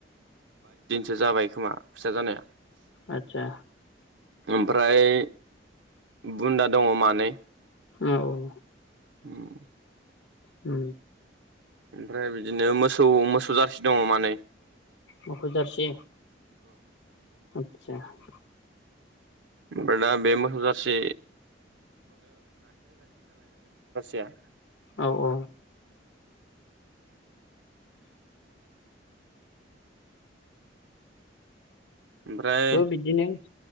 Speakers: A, on the right (about 80°); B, on the left (about 75°).
A: सो जानाय।
B: आदसा
A: ओमफ्राय बुन्दा दङ मानै
B: औ औ
A: <unintelligible>
B: उ
A: ओमफ्राय बिदिनो मोसौ मोसौ जारसि दङ मानैै
B: मखजारसे <unintelligible>
A: ओमफ्राय दा बे मोसौ जारसि <unintelligible>
B: औ औ
A: ओमफ्राय
B: <unintelligible> <unintelligible>